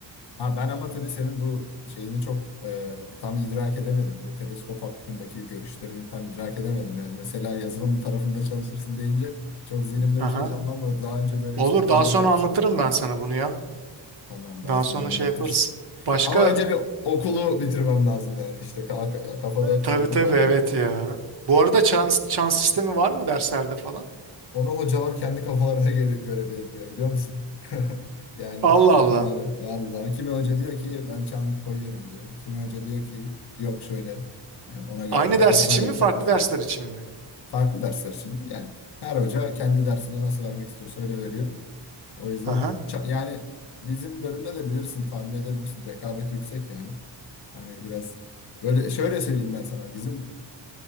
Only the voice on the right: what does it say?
Aha.
Olur
daha sonra
anlatırım ben sana bunu ya.
Daha
sonra
şey yaparız. Başka
Tabii
tabii
evet ya. Bu arada çans, çans sistemi var mı derslerde falan?
Allah Allah.
Aynı
ders için
mi farklı
dersler için mi?
Aha.